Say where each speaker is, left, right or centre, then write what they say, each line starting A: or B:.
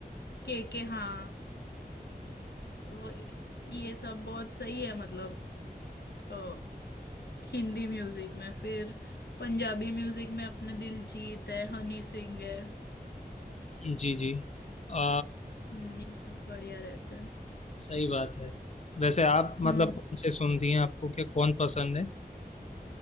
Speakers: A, on the left; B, on the left.
A: के के हाँ वो- ये सब बहुत सही है मतलब अ, हिंदी म्यूजिक में फिर पंजाबी म्यूजिक में अपने दिलजीत है हनी सिंह है
B: जी जी आ,
A: हम्म, ये सब बढ़िया रहते हैं
B: सही बात है वैसे आप
A: हम्म
B: मतलब कौन से सुनती हैं आपको क्या कौन पसंद है